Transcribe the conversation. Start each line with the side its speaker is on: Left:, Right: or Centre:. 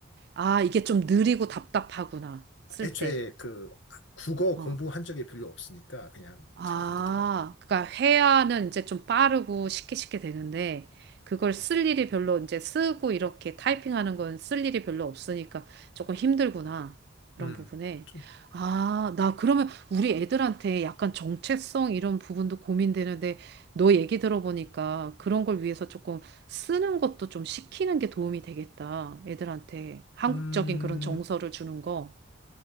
Right: 아, 이게 좀 느리고 답답하구나. 쓸
Left: 애초에
Right: 때.
Left: 그 국어
Right: 어.
Left: 공부한 적이 별로 없으니까 그냥
Right: 아,
Left: 잘 안 되더라고.
Right: 그러니까 회화는 이제 좀 빠르고 쉽게 쉽게 되는데 그걸 쓸 일이 별로 이제 쓰고 이렇게 타이핑하는 건 쓸 일이 별로 없으니까 조금 힘들구나. 그런
Left: 음,
Right: 부분에.
Left: 좀,
Right: 아, 나 그러면 우리 애들한테 약간 정체성 이런 부분도 고민되는데 너 얘기 들어보니까 그런 걸 위해서 조금 쓰는 것도 좀 시키는 게 도움이 되겠다. 애들한테 한국적인
Left: 음,
Right: 그런 정서를 주는 거.